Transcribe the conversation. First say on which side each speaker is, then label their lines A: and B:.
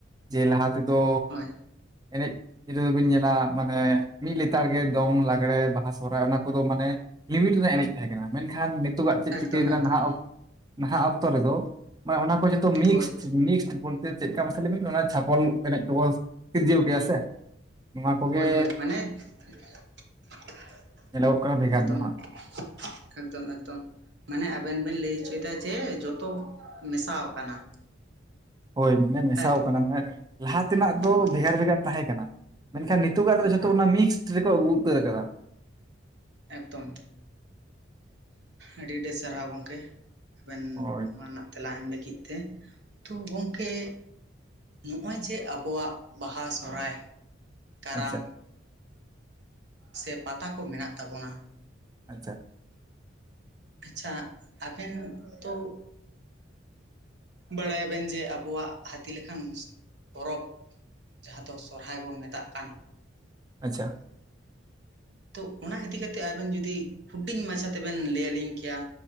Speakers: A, on the right; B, on the right.
A: ᱡᱮ ᱞᱟᱦᱟᱛᱮ ᱛᱚ
B: ᱦᱳᱭ
A: ᱮᱱᱮᱡ ᱡᱩᱫᱤ ᱵᱮᱱ ᱧᱮᱞᱟ ᱢᱟᱱᱮ ᱢᱤᱫ ᱞᱮᱛᱟᱲ ᱜᱮ ᱫᱚᱝ ᱞᱟᱜ ᱞᱟᱜᱽᱲᱮ ᱵᱟᱦᱟ ᱥᱚᱨᱦᱟᱭ ᱚᱱᱟ ᱠᱚᱫᱚ ᱢᱟᱱᱮ ᱞᱤᱢᱤᱴ ᱨᱮ ᱮᱱᱮᱡ ᱛᱟᱦᱮᱸ ᱠᱟᱱᱟ ᱢᱮᱱᱠᱷᱟᱱ ᱱᱤᱛᱳ ᱟᱜ ᱪᱮᱫ
B: ᱮᱠᱫᱚᱢ
A: ᱪᱤᱠᱟᱹ ᱠᱟᱱᱟ
B: ᱮᱠᱫᱚᱢ
A: ᱱᱟᱦᱟᱜ ᱚᱠ ᱱᱟᱦᱟᱜ ᱚᱠᱛᱚ ᱨᱮᱫᱚ ᱢᱟᱱᱮ ᱚᱱᱟ ᱠᱚ ᱡᱚᱛᱚ ᱢᱤᱠᱥ
B: ᱦᱳᱭ
A: ᱢᱤᱠᱥ ᱵᱚᱞᱛᱮ ᱪᱮᱫ ᱞᱮᱠᱟ ᱢᱟᱥᱮ ᱞᱟᱹᱭᱵᱤᱱ ᱚᱱᱟ ᱪᱷᱟᱯᱚᱞ ᱮᱱᱮᱡ ᱠᱚ ᱥᱤᱨᱡᱟᱹᱣ ᱠᱮᱭᱟ ᱥᱮ ᱱᱚᱣᱟ ᱠᱚᱜᱮ
B: ᱦᱳᱭ ᱦᱳᱭ ᱢᱟᱱᱮ <unintelligible>
A: ᱧᱮᱞ ᱠᱟᱱᱟ ᱵᱷᱮᱜᱟᱨ
B: ᱮᱠᱫᱚᱢ
A: ᱢᱚᱦᱟ
B: ᱮᱠᱫᱚᱢ ᱮᱠᱫᱚᱢ ᱢᱟᱱᱮ ᱟᱵᱮᱱ ᱵᱮᱱ ᱞᱟᱹᱭ ᱦᱚᱪᱚᱭᱮᱫᱟ ᱡᱮ ᱡᱚᱛᱚ ᱢᱮᱥᱟ ᱟᱠᱟᱱᱟ
A: ᱦᱳᱭ ᱢᱟᱱᱮ ᱢᱮᱥᱟᱣ
B: ᱛᱟᱭᱛᱚ
A: ᱠᱟᱱᱟ ᱢᱟᱱᱮ ᱞᱟᱦᱟ ᱛᱮᱱᱟᱜ ᱫᱚ
B: ᱦᱳᱭ
A: ᱵᱷᱮᱜᱟᱨ ᱵᱷᱮᱜᱟᱨ ᱛᱟᱦᱮᱸ ᱠᱟᱱᱟ ᱢᱮᱱᱠᱷᱟᱱ ᱱᱤᱛᱚᱜ-ᱟ
B: ᱦᱳᱭ
A: ᱫᱚ ᱡᱚᱛᱚ
B: ᱦᱳᱭ
A: ᱚᱱᱟ ᱢᱤᱠᱥ ᱨᱮᱠᱚ ᱟᱜᱩ ᱩᱛᱟᱹᱨ ᱟᱠᱟᱫᱟ
B: ᱮᱠᱫᱚᱢ ᱟᱹᱰᱤ ᱟᱹᱰᱤ ᱥᱟᱨᱦᱟᱣ ᱜᱚᱢᱠᱮ ᱟᱵᱮᱱ
A: ᱦᱳᱭ
B: ᱱᱚᱣᱟ ᱨᱮᱱᱟᱜ ᱛᱮᱞᱟ ᱮᱢ ᱞᱟᱹᱜᱤᱫ ᱛᱮ ᱛᱳ ᱜᱚᱝᱠᱮ ᱱᱚᱜ-ᱚᱭ ᱡᱮ ᱟᱵᱚᱣᱟᱜ ᱵᱟᱦᱟ ᱥᱚᱦᱨᱟᱭ ᱠᱟᱨᱟᱢ
A: ᱟᱪᱪᱷᱟ
B: ᱥᱮ ᱯᱟᱛᱟ ᱠᱚ ᱢᱮᱱᱟᱜ ᱛᱟᱵᱚᱱᱟ
A: ᱟᱪᱪᱷᱟ
B: ᱟᱪᱪᱷᱟ ᱟᱵᱮᱱ ᱛᱚ ᱵᱟᱲᱟᱭᱟᱵᱚᱱ ᱡᱮ ᱟᱵᱚᱣᱟᱜ ᱦᱟᱹᱛᱤ ᱞᱮᱠᱟᱱ ᱯᱚᱨᱚᱵᱽ ᱡᱟᱦᱟᱸ ᱫᱚ ᱥᱚᱨᱦᱟᱭ ᱵᱚᱱ ᱢᱮᱛᱟᱜ ᱠᱟᱱ
A: ᱟᱪᱪᱷᱟ
B: <inaudible> ᱛᱚ ᱚᱱᱟ ᱤᱫᱤ ᱠᱟᱛᱮ ᱟᱵᱮᱱ ᱡᱩᱫᱤ ᱦᱩᱰᱤᱧ ᱢᱟᱪᱷᱟ ᱛᱮᱵᱮᱱ ᱞᱟᱹᱭ ᱟᱹᱞᱤᱧ ᱠᱮᱭᱟ